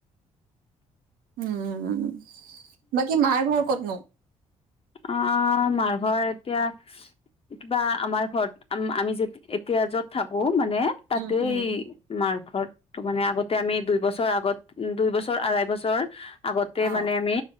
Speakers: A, on the right (about 60°); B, on the left (about 35°).
A: উম বাকী মাৰ ঘৰ কতনো
B: আহ মাৰঘৰ এতিয়া ইছ কিবা আমাৰ ঘৰত আ আমি যে এতিয়া য'ত থাকো মানে তাতে
A: উম, উম,
B: মাৰ ঘৰতটো মানে আগত তে আমি দুই বছৰ আগত দুই বছৰ আঢ়াই বছৰ আগতে
A: অ',
B: মানে আমি